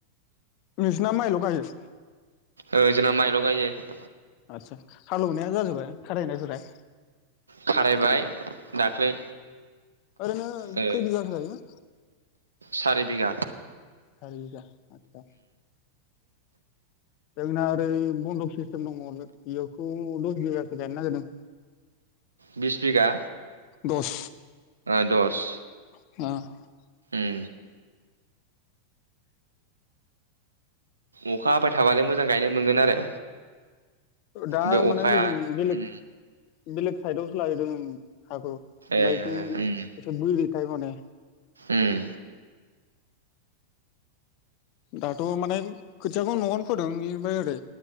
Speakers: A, on the left; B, on the right.
A: नोंसिना मायल गायो?
B: ओ जोंना माइल' गायजायो।
A: आतसा हालौवनाया जाजोबबाय खारायनायफोरा?
B: खारायबाय दाख्लै
A: ओरैनो
B: ओ
A: खै बिगाखो गायो?
B: सारि बिघा।
A: हायोदा। <unintelligible> जोंना ओरै बन्दक सिस्टेम दङ बेयावखौ दस बिगासो गायनो नागिरदों।
B: बिस बिगा
A: दस
B: ओ दस।
A: <unintelligible>
B: उम अखा हाबाय थाबानो मोजां गायनो मोनगोन आरो।
A: दा
B: बे
A: माने
B: अखाया
A: होजों बेलेग
B: उम
A: बेलेग साइदयावसो लाहैदों। हाखौ ओमफाय
B: ए
A: इथिं
B: उम
A: इसे बोरि खाय माने
B: उम
A: दाथ' माने खोथियाखौ न'आवनो फोदों बेनिफ्राय ओरै